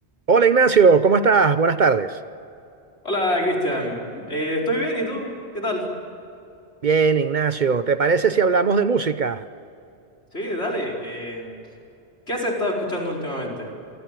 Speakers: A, on the right; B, on the left.
A: Hola Ignacio, ¿cómo estás? Buenas tardes.
B: Hola, Cristian. Eh, estoy bien, ¿y tú? ¿Qué tal?
A: Bien, Ignacio, ¿te parece si hablamos de música?
B: Sí, dale. eh, ¿qué has estado escuchando últimamente?